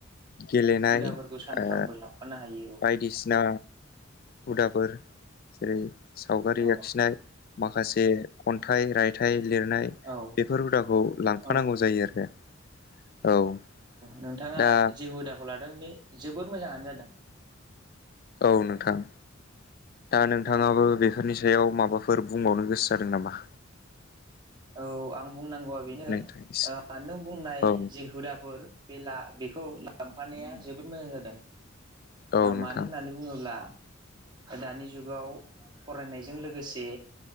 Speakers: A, on the left (about 45°); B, on the right (about 20°).
A: गेलेनाय
B: हुदाफोरखौ सानफ्रामबो
A: ओ
B: लांफानो हायो
A: बायदिसिना हुदाफोर जेरै सावगारि
B: औ
A: आखिनाय माखासे खन्थाइ रायथाइ लिरनाय
B: औ
A: बेफोर हुदा खौ लांफानांगौ
B: औ
A: जायो आरो औ
B: नोंथाङा
A: दा
B: जे हुदाखौ लादों बे जोबोर मोजाङानो जादों।
A: औ नोंथां दा नोंथाङाबो
B: औ
A: बे फोरनि सायाव माबाफोर बुंबावनो गोसो जादों नामा?
B: औ आं बुंनांगौआ बेनो
A: नोंथांनिसिम?
B: नों बुंनाय
A: औ
B: जे हुदाफोर बे ला बेखौ लांफानाया जोबोद मोजां जादों
A: औ नोंथां
B: मानो होननानै बुङोब्ला दानि जुगाव फरायनायजों लोगोसे